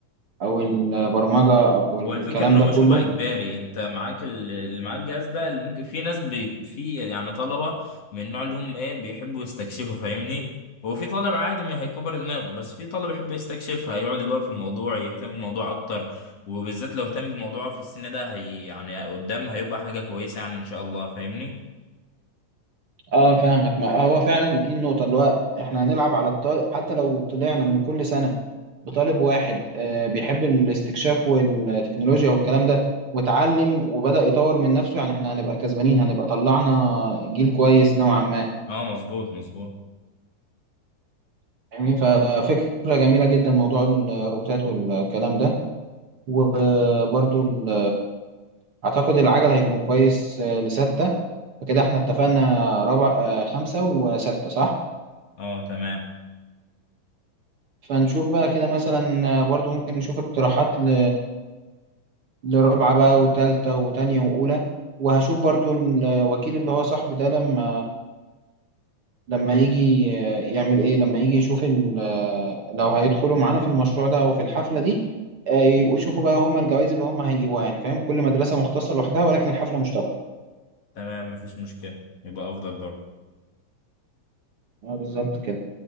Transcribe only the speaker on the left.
هو الفكرة إن هم
شبه إجباري أنت معاك ال- اللي معاه الجهاز ده اللي ممكن في ناس بي في يعني طلبة من النوع اللي هم إيه بيحبوا يستكشفوا فاهمني هو في طالب عادي ما هيكبر دماغه بس في طالب يحب يستكشف هيقعد يدور في الموضوع يهتم بالموضوع أكتر وبالذات لو اهتم بالموضوع في السن ده هي يعني قدام هيبقى حاجة كويسة يعني إن شاء الله فاهمني
أه مظبوط مظبوط
أه تمام
تمام مفيش مشكلة يبقى أفضل برضه